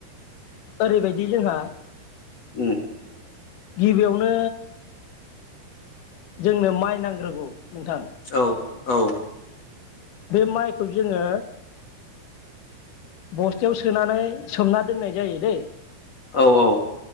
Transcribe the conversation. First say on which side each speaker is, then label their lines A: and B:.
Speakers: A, on the left (about 60°); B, on the left (about 40°).
A: ओरैबायदि जोंहा
B: उम
A: गिबियावनो जोंनो माइ नांग्रोगौ नोंथां
B: औ औ
A: बे माइखौ जोङो बस्थायाव सोनानै सोमना दोननाय जायो दै
B: औ औ